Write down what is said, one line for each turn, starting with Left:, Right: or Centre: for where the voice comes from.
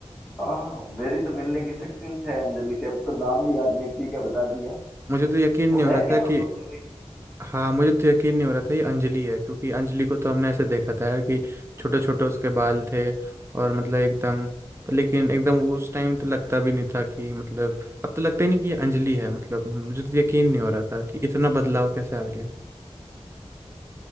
Centre: हाँ मेरी तो मिलने की शक्ति है अंजलि से अब तो नाम भी याद नहीं ठीक है बता दिया
Right: मुझे तो यकीन
Centre: वो
Right: नहीं हो
Centre: है
Right: रहा
Centre: क्या
Right: था
Centre: सोशल
Right: कि
Centre: मीडिया
Right: हाँ मुझे तो यकीन नहीं हो रहा था ये अंजलि है क्योंकि अंजलि को तो हमने ऐसे देखा था यार कि छोटे छोटे उसके बाल थे और मतलब एकदम पर लेकिन एकदम वो उस टाइम तो लगता भी नहीं था कि मतलब अब तो लगता ही नहीं कि ये अंजलि
Centre: की,
Right: है मतलब मुझे तो यकीन नहीं हो रहा था कि इतना बदलाव कैसे आ गया